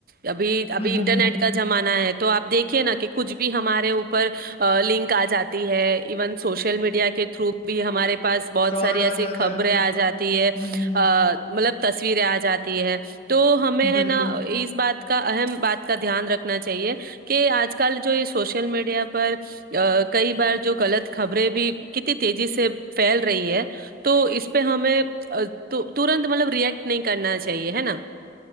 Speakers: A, on the right; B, on the left.
A: ابھی ابھی
B: ہ ہ
A: انٹرنیٹ
B: ہ ہ
A: کا زمانہ ہے تو آپ دیکھیے نا کہ کچھ بھی ہمارے اوپر لنک آ جاتی ہے ایون سوشل میڈیا کے تھرو بھی ہمارے پاس بہت
B: فراڈ
A: ساری
B: آ
A: ایسی
B: جاتا
A: خبریں
B: ہے بالکل
A: آ جاتی ہے
B: ہ ہ ہ
A: ا مطلب تصویریں آ جاتی ہے تو ہمیں
B: بالکل
A: ہے نا اس بات کا اہم بات کا دھیان رکھنا چاہیے کہ آج کل جو یہ سوشل میڈیا پر ا کئی بار جو غلط خبریں بھی کتنی تیزی سے پھیل رہی ہے تو اس پہ ہمیں ترنت مطلب ریئیکٹ نہیں کرنا چاہیے ہے نا